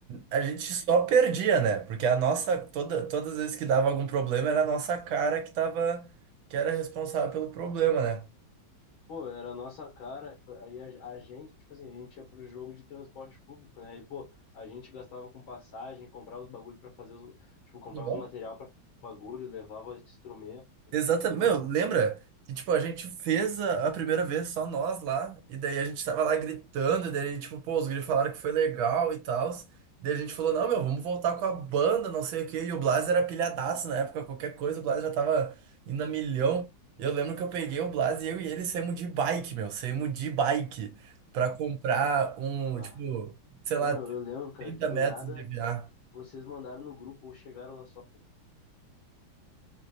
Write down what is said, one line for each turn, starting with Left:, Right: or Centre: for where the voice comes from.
Right: a gente só perdia, né? Porque a nossa, toda, todas as vezes que dava algum problema, era a nossa cara que tava, que era responsável pelo problema, né?
Left: Pô, era a nossa cara, aí a, a gente, tipo assim, a gente ia pro jogo de transporte público, né? E, pô, a gente gastava com passagem, comprava os bagulho pra fazer os, tipo, comprar
Right: Nossa.
Left: os material pra fazer os bagulho, levava instrumento,
Right: Exatamente,
Left: pô,
Right: meu, lembra? que tipo, a gente fez a, a primeira vez só nós lá, e daí a gente tava lá gritando, e daí, tipo, pô, os gringos falaram que foi legal e tal. Daí a gente falou, não, meu, vamos voltar com a banda, não sei o quê. E o Blas era pilhadaço na época, qualquer coisa, o Blas já tava indo a milhão.
Left: coisa.
Right: Eu lembro que eu peguei o Blas e eu e ele saímos de bike, meu, saímos de bike pra comprar um,
Left: Ah.
Right: tipo, sei lá,
Left: Não, meu, eu lembro, cara,
Right: 30
Left: que do
Right: metros
Left: nada
Right: de EVA.
Left: vocês mandaram no grupo ou chegaram lá só.